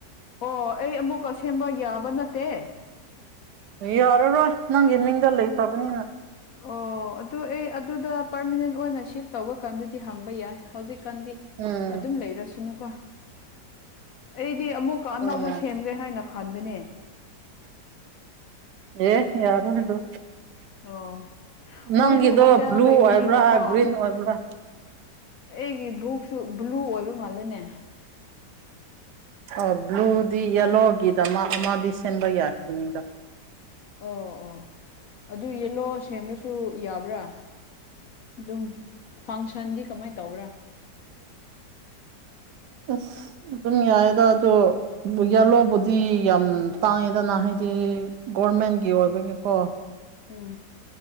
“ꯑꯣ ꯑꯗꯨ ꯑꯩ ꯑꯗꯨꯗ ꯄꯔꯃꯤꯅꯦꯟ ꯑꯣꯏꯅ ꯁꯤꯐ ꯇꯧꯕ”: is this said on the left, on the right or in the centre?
Left